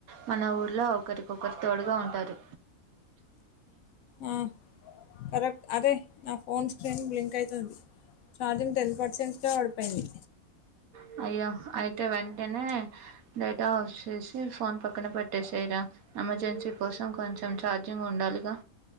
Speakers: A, on the right; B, on the left.
A: మన ఊర్లో ఒకరికొకరు తోడుగా ఉంటారు
B: ఆ కరెక్ట్ అదే నా ఫోన్ స్క్రీన్ బ్లింక్ అయింతుంది ఛార్జింగ్ టెన్ పర్సెంట్ కే పడిపోయింది
A: స అయ్యో అయితే వెంటనే డేటా ఆఫ్ చేసి ఫోన్ పక్కన పెట్టెసెయ్ రా ఎమర్జెన్సీ కోసం కొంచెం ఛార్జింగ్ ఉండాలిగా